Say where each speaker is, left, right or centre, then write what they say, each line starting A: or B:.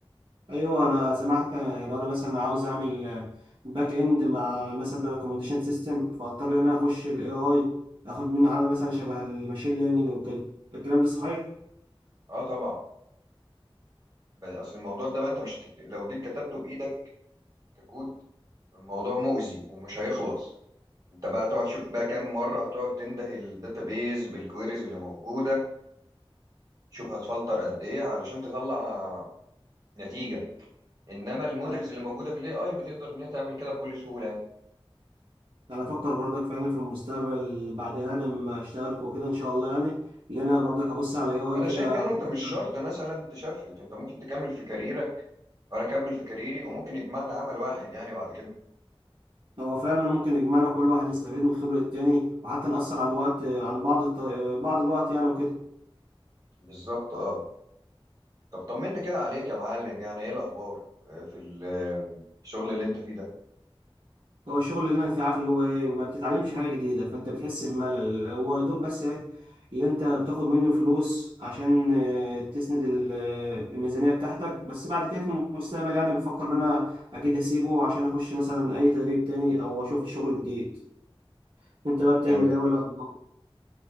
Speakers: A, on the right; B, on the right.
A: ايوه انا سمعت لو انا مثلا عاوز اعمل باك اند مع مثلا ريكومنديشن سيستم فاضطر ان انا اخش الاي اي اخد منه حاجه مثلا شبه الماشين ليرنينج وكده الكلام ده صحيح
B: أه طبعا ب- أصل الموضوع ده بقى أنت مش هتكت... لو جيت كتبته بإيدك ككود الموضوع مؤذي ومش هيخلص أنت بقى تقعد تشوف بقى كام مرة هتقعد تنده الداتابيز بالكويريز اللي موجودة شوف هتفلتر قد إيه علشان تطلع نتيجة انما المودلز
A: أ-
B: اللي موجوده في الاي اي بتقدر ان هي تعمل كده بكل سهوله يعني
A: انا افكر برضك فعلا في المستقبل بعد انا ما اشتغل وكده ان شاء الله يعني اللي انا برضك ابص على الاي اي
B: وانا
A: كده
B: شايف يعني
A: ممكن-
B: انت مش شرط مثلا تشفت انت ممكن تكمل في كاريرك وانا اكمل في كاريري وممكن يجمعنا عمل واحد يعني بعد كده
A: هو فعلا ممكن يجمعنا كل واحد يستفيد من خبره التاني وحتى نأثر عن وقت عن بعض الط... بعض الوقت يعني وكده
B: بالظبط اه طب طمنا كده عليك يا معلم يعني ايه الاخبار آه، في ال- آه، الشغل اللي انت فيه ده
A: هو الشغل اللي انا فيه عارف اللي هو ايه ما بتتعلمش حاجه جديده فانت بتحس بملل هو دوب بس ايه اللي انت بتاخد منه فلوس عشان آه، تسند ال- آه، الميزانيه بتاعتك بس بعد كده في المستقبل يعني بفكر ان انا اكيد اسيبه عشان اخش مثلا اي تدريب تاني او اشوف شغل جديد انت بقى بتعمل
B: جامد
A: ايه ولا اخبار؟